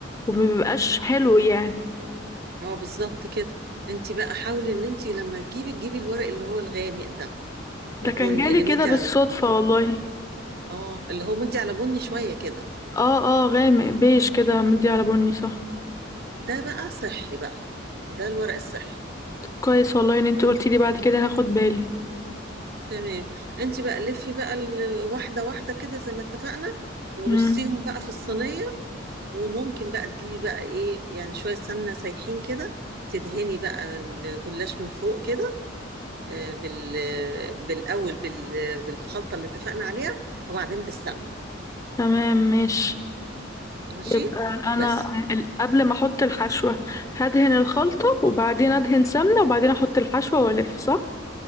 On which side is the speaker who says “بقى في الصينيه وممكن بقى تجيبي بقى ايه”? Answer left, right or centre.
Right